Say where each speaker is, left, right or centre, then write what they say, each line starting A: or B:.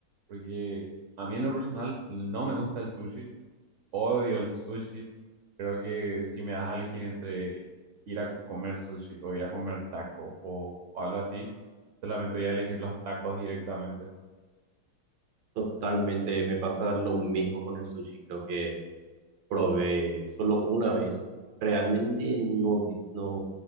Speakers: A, on the right; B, on the right.
A: porque a mí en lo personal no me gusta el sushi, odio el sushi. Creo que si me das a elegir entre ir a co- comer sushi o ir a comer tacos o, o algo así, solamente voy a elegir los tacos directamente. <laughs>
B: Totalmente, me pasa lo mismo con el sushi, creo que probé solo una vez. Realmente no, no,